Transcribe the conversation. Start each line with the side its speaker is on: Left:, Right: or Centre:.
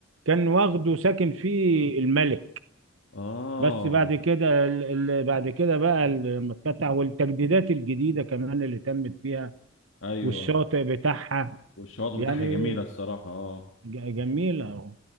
Right: كان واخده ساكن فيه الملك
Left: اه
Right: بس بعد كده ال- ال- بعد كده بقى لما اتفتح والتجديدات الجديده كمان اللي تمت فيها
Left: ايوه
Right: والشاطئ بتاعها
Left: والشواطئ
Right: يعني
Left: بتاعها جميله الصراحه اه
Right: ج- جميله